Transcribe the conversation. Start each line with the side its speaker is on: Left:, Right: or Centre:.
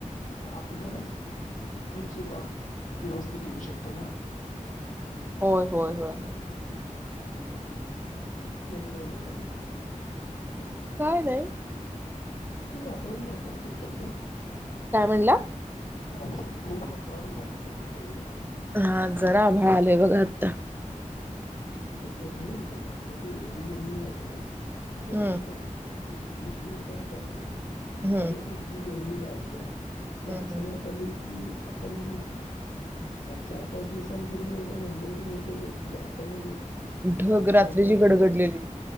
Left: तर आपल्यालाच मग पुढचे काम व्यवस्थित येऊ शकतं ना.
Right: होय होय होय. होय
Left: हा. बाकी आणि काय म्हणताय मग?
Right: काय नाही
Left: मान्सूनचं वातावरण नव्ह का तुमच्याकडे?
Right: काय म्हणला?
Left: पावसाचं खूप वातावरण झालंय का तुमच्या इकडे?
Right: हां जरा आभळ आलंय बघा आता.
Left: आमच्या इकडे कसं झालंय मघाचपासून एवढी गर्मी वाढल्या जवळ
Right: हम्म
Left: पास <unintelligible> झालंय दीड दोन तास झाले. अचानक
Right: हम्म
Left: जो <unintelligible> की
Right: हम्म
Left: असं
Right: हम्म.
Left: वाटलंय की की आता मी चार पाच दिवसांपूर्वी एकदा झालं होत माहित की की अचानक
Right: ढग रात्रीची
Left: तास
Right: गडगडलेली
Left: अ,